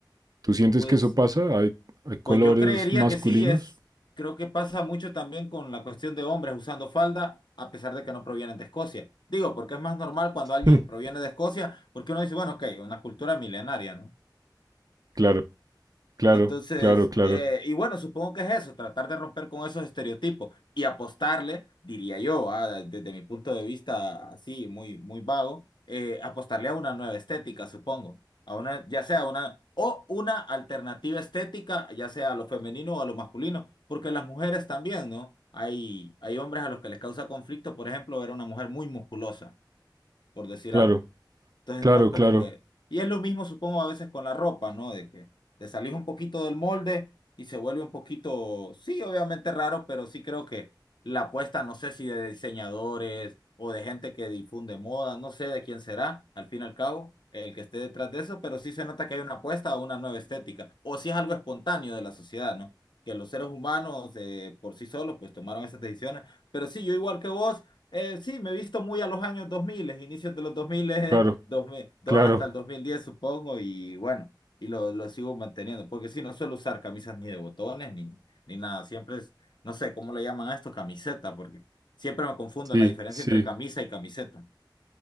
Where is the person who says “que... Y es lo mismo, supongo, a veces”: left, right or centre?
Left